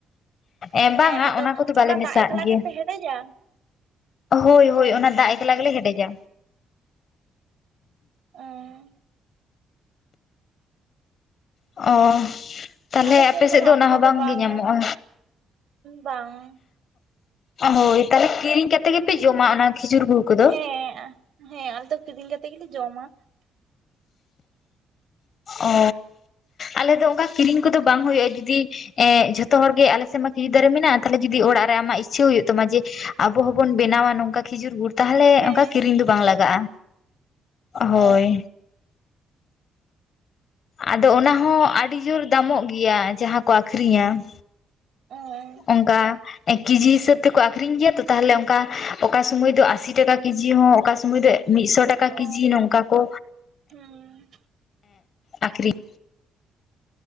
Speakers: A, on the left (about 50°); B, on the right (about 65°).
A: ᱮᱸ
B: ᱦᱮᱸ
A: ᱵᱟᱝᱟ
B: ᱟᱫᱚ
A: ᱚᱱᱟ ᱠᱚᱫᱚ ᱵᱟᱞᱮ ᱢᱮᱥᱟᱜ
B: ᱫᱟᱜ ᱮᱠᱞᱟ
A: ᱜᱮᱭᱟ᱾
B: ᱜᱮᱯᱮ ᱦᱮᱰᱮᱡᱟ
A: ᱦᱳᱭ ᱦᱳᱭ
B: ᱚ
A: ᱚᱱᱟ ᱫᱟᱜ ᱮᱠᱞᱟ ᱜᱮᱞᱮ ᱦᱮᱰᱮᱡᱟ᱾
B: ᱩᱸ᱾
A: ᱚ᱾ ᱛᱟᱞᱦᱮ
B: ᱟᱞᱮ ᱥᱮᱱ
A: ᱟᱯᱮ ᱥᱮᱫ
B: ᱦᱟᱸᱜ
A: ᱫᱚ ᱚᱱᱟ
B: ᱚᱱᱠᱟ
A: ᱦᱚᱸ ᱵᱟᱝᱜᱮ
B: ᱵᱟᱝ
A: ᱧᱟᱢᱚᱜᱼᱟ᱾
B: ᱵᱟᱝ
A: ᱦᱳᱭ ᱛᱟᱦᱚᱞᱮ ᱠᱤᱨᱤᱧ ᱠᱟᱛᱮ ᱜᱮᱯᱮ ᱡᱚᱢᱟ ᱚᱱᱟ ᱠᱷᱤᱡᱩᱨ ᱜᱩᱲ᱾ ᱠᱚᱫᱚ
B: ᱦᱮᱸ ᱟᱸ ᱦᱮᱸ ᱟᱞᱮ ᱫᱚ ᱠᱤᱨᱤᱧ ᱠᱟᱛᱮ ᱜᱮᱞᱮ ᱡᱚᱢᱟ᱾
A: ᱚ ᱟᱞᱮ ᱫᱚ ᱚᱝᱠᱟ ᱠᱤᱨᱤᱧ ᱠᱚᱫᱚ ᱵᱟᱝ ᱦᱩᱭᱩᱜᱼᱟ ᱮ ᱫᱤᱫᱤ ᱾ ᱮ ᱡᱷᱚᱛᱚ ᱦᱚᱲ ᱜᱮ ᱟᱞᱮ ᱥᱮᱱ ᱢᱟ ᱠᱷᱤᱡᱩᱨ ᱫᱟᱨᱮ ᱢᱮᱱᱟᱜᱼᱟ ᱛᱷᱟᱞᱮ ᱡᱚᱫᱤ ᱚᱲᱟᱜ ᱨᱮ ᱟᱢᱟᱜ ᱤᱪᱪᱷᱟᱹ ᱦᱩᱭᱩᱜ ᱛᱟᱢᱟ ᱡᱮ ᱟᱵᱚ ᱦᱚᱸᱵᱚᱱ ᱵᱮᱱᱟᱣᱟ ᱱᱚᱝᱠᱟ ᱠᱷᱤᱡᱩᱨ ᱜᱩᱨ ᱾ ᱛᱟᱦᱮᱞᱮ
B: ᱦᱮᱸ
A: ᱚᱝᱠᱟ ᱠᱤᱨᱤᱧ ᱫᱚ ᱵᱟᱝ ᱞᱟᱜᱟᱜᱼᱟ
B: ᱚ
A: ᱾ᱦᱳᱭ ᱟᱫᱚ ᱚᱱᱟ ᱦᱚᱸ ᱟᱰᱤ ᱡᱳᱨ ᱫᱟᱢᱚᱜ ᱜᱮᱭᱟ ᱡᱟᱦᱟᱸ ᱠᱚ ᱟᱹᱠᱷᱨᱤᱧᱟ ᱾
B: ᱚ,
A: ᱚᱝᱠᱟ ᱮᱠᱤᱡᱤ ᱥᱟᱹᱵ ᱛᱮᱠᱚ ᱟᱹᱠᱷᱨᱤᱧ ᱜᱮᱭᱟ ᱛᱚ ᱛᱟᱦᱞᱮ ᱚᱱᱠᱟ ᱚᱠᱟ ᱥᱚᱢᱚᱭ ᱫᱚ ᱟᱥᱤ ᱴᱟᱠᱟ ᱠᱮᱡᱤ ᱦᱚᱸ ᱚᱠᱟ ᱥᱚᱢᱚᱭ ᱫᱚ ᱾ ᱢᱤᱫᱥᱚ ᱴᱟᱠᱟ
B: ᱚ
A: ᱠᱮᱡᱤ ᱱᱚᱝᱠᱟ ᱠᱚ
B: ᱦᱩᱸ
A: ᱟᱠᱷᱨᱤᱧ ᱾